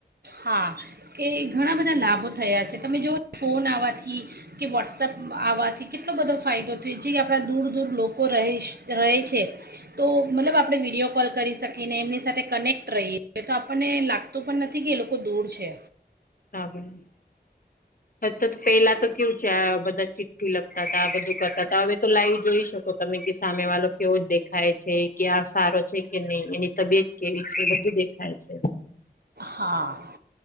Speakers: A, on the right; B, on the left.
A: હા કે ઘણા બધા લાભો થયા છે. તમે જોવોને ફોન આવવાથી કે વોટ્સઅપ આવવાથી કેટલો બધો ફાયદો થયો, જે આપણા દૂર-દૂર લોકો રહે છ રહે છે તો મતલબ આપણે વિડીયો કોલ કરી શકીને એમની સાથે કનેક્ટ રહીએ એ તો આપણને લાગતું પણ નથી. થી કે એ લોકો દૂર છે.
B: <unintelligible> પેલા તો કેવું છે આ બધા ચિઠ્ઠી લખતા તા આ બધું કરતા હતા, હવે તો લાઈવ જોઈ શકો તમે કે સામે વાલો કેવો જ દેખાય છે, કે આ સારો છે કે નહી, એની તબિયત કેવી છે, બધું દેખાય છે.
A: હા